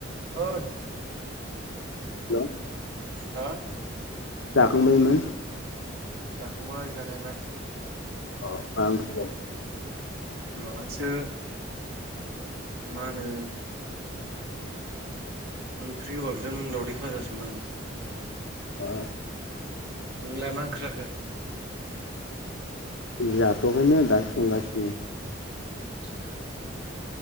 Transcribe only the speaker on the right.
ओइ
हा
जाखांबाय जानायालाय
माबासो मा होनो ओंख्रि गोबाबजों दावदै फाजासोमोन
नोंलाय मा ओंख्रि जाखो
आतसा